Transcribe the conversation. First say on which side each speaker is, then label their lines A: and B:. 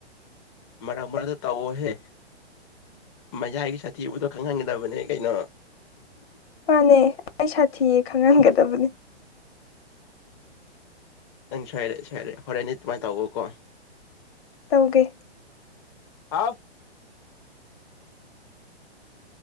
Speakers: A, on the left (about 25°); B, on the left (about 65°).
A: ꯃꯔꯛ ꯃꯔꯛꯗ ꯇꯥꯎꯋ‌ꯦ ꯍꯦ ꯃꯌꯥꯏꯒꯤ ꯁꯥꯊꯤꯕꯨꯗꯣ ꯈꯪꯍꯟꯒꯗꯕꯅꯦ ꯀꯩꯅꯣ
B: ꯃꯥꯅꯦ ꯑꯩ ꯁꯥꯊꯤꯌꯦ ꯈꯪꯍꯟꯒꯗꯕꯅꯦ
A: ꯅꯪ ꯁꯣꯏꯔꯦ ꯁꯣꯏꯔꯦ ꯍꯣꯔꯦꯟꯗꯤ ꯑꯗꯨꯃꯥꯏꯅ ꯇꯧꯕꯀꯣ
B: ꯇꯧꯒꯦ
A: ꯍꯥꯎ